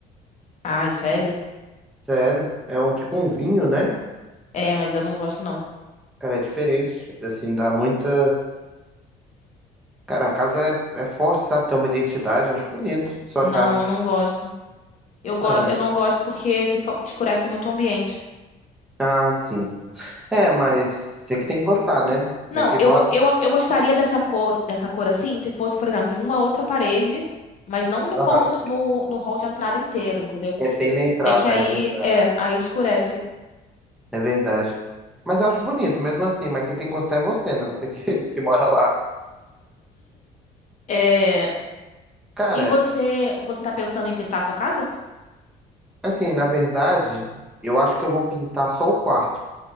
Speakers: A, on the left; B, in the centre.
A: Ai, sério?
B: Sério, é um tipo um vinho, né?
A: É, mas eu não gosto, não.
B: Cara, é diferente. Assim, dá muita. Cara, a casa é, é forte, sabe? Tem uma identidade, acho bonito. Sua
A: Não,
B: casa.
A: eu não gosto. Eu, go
B: Não, é, mas...
A: eu não gosto porque fica, escurece muito o ambiente.
B: Ah, sim. É, mas você que tem que gostar, né?
A: Não,
B: Você que
A: eu,
B: mora.
A: eu, eu gostaria dessa cor, dessa cor assim, se fosse, por exemplo, em uma outra parede, mas não no
B: Aham.
A: como no, no hall de entrada inteiro, entendeu?
B: É bem na entrada,
A: É que aí,
B: é verdade.
A: é, aí escurece.
B: É verdade. Mas eu acho bonito mesmo assim, mas quem tem que gostar é você, né? Você que, <laughs> que mora lá.
A: É,
B: Cara,
A: e você, você tá pensando em pintar a sua casa?
B: assim, na verdade, eu acho que eu vou pintar só o quarto.